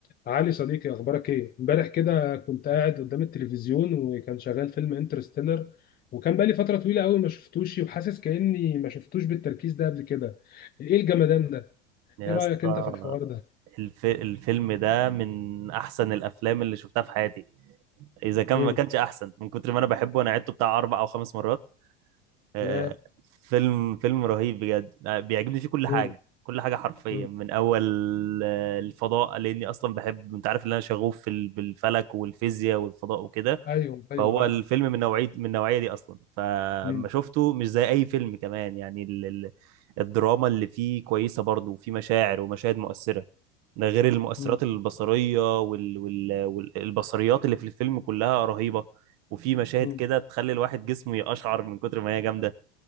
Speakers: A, on the left; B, on the right.
A: علي صديقي اخبارك ايه امبارح كده كنت قاعد قدام التلفزيون وكان شغال فيلم انترستيلر وكان بقالي فتره طويله قوي ما شفتوش وحاسس كاني ما شفتوش بالتركيز ده قبل كده ايه الجمدان ده
B: يا
A: ايه رايك
B: اسطى
A: انت في الحوار ده
B: الف... الفيلم ده من احسن الافلام اللي شفتها في حياتي اذا كان
A: امم
B: ما كانش احسن من كتر ما انا بحبه انا عدته بتاع اربع او خمس مرات آه،
A: يا
B: فيلم فيلم رهيب بجد آه، بيعجبني فيه كل حاجه
A: امم
B: كل حاجه حرفيا
A: امم
B: من اول آه، الفضاء لاني اصلا بحب انت عارف ان انا شغوف في ال- بالفلك والفيزياء والفضاء وكده
A: ايوه ايوه
B: فهو
A: عارف
B: الفيلم من نوعية من النوعية دي أصلا فما
A: امم
B: شفته مش زي أي فيلم كمان يعني ال... ال- الدراما اللي فيه كويسة برضه وفيه مشاعر ومشاهد مؤثرة ده غير المؤثرات
A: امم
B: البصرية وال... وال... والبصريات اللي في الفيلم كلها رهيبة وفي مشاهد
A: امم
B: كده تخلي الواحد جسمه يقشعر من كتر ما هي جامدة